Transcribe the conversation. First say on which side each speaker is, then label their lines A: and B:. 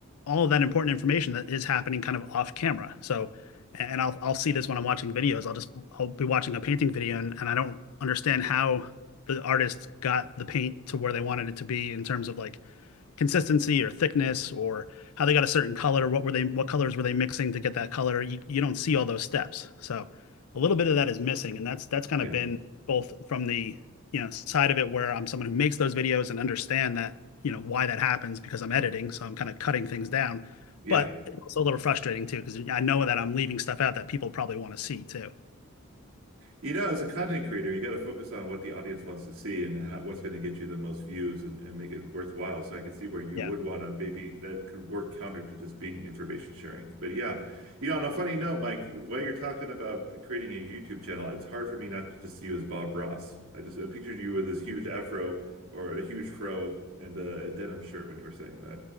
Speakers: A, on the left (about 85°); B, on the right (about 85°).
A: all of that important information that is happening kind of off camera. So, and I'll I'll see this when I'm watching videos. I'll just I'll be watching a painting video and, and I don't understand how the artist got the paint to where they wanted it to be in terms of like consistency or thickness or how they got a certain color what were they what colors were they mixing to get that color you, you don't see all those steps so a little bit of that is missing and that's that's kind
B: Yeah,
A: of been both from the you know side of it where i'm someone who makes those videos and understand that you know why that happens because i'm editing so i'm kind of cutting things down
B: yeah.
A: but it's a little frustrating too because i know that i'm leaving stuff out that people probably want to see too
B: You know, as a content creator, you got to focus on what the audience wants to see and how, what's going to get you the most views and, and make it worthwhile. So I can see where you
A: yeah
B: would want to maybe that could work counter to just being information sharing. But yeah, you know, on a funny note, Mike, while you're talking about creating a YouTube channel, it's hard for me not to just see you as Bob Ross. I just I pictured you with this huge afro or a huge fro and a, a denim shirt when you were saying